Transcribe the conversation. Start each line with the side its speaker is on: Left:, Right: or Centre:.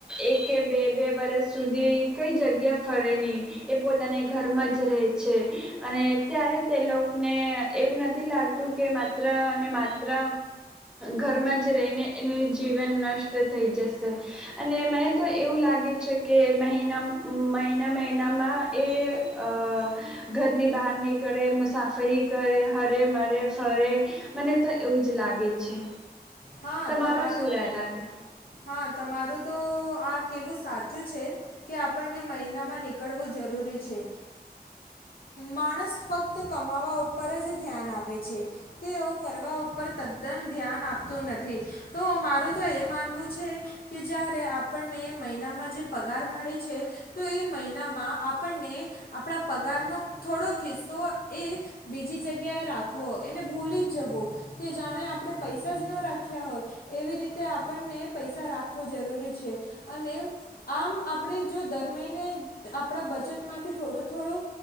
Centre: એક કે બે બે વરષ સુધી કઈ જગ્યા ફરે ની એ પોતાને ઘરમાં જ રે છે અને ત્યારે તે લોક ને એવું નથી લાગતું કે માત્ર અનેને માત્ર ઘરમાં જ રહીને એનું જીવન નષ્ટ થઈ જશે અને મને તો એવું લાગે છે કે મહિના મહિના મહિનામાં એ અ ઘરની બહાર નીકળે મુસાફરી કરે હરે મરે ફરે મને તો એવું જ લાગે છે.
Left: હા
Centre: તમારો
Left: તમારું
Centre: શું રાય લાગે
Left: હા તમારું તો આ કેવું સાચું છે. કે આપણ મહિના માં નીકળવું જરૂરી છે. માણસ ફક્ત કમાવા ઉપર જ ધ્યાન આપે છે તેઓ ફરવા ઉપર તદ્દન ધ્યાન આપ તો નથી તો મારું તો એ માનવું છે કે જ્યારે આપણને મહિનામાં જે પગાર મળે છે તો એ મહિનામાં આપણને આપણા પગારનો થોડોક ખિસ્સો એ બીજી જગ્યાએ રાખવો એને ભૂલી જ જવો કે જાણે આપણે પૈસા પૈસા જ ન રાખ્યા હોય એવી રીતે આપણને પૈસા રાખવું જરૂરી છે અને આમ આપણે જો દર મહિને આપણા બચતમાંથી થોડું થોડું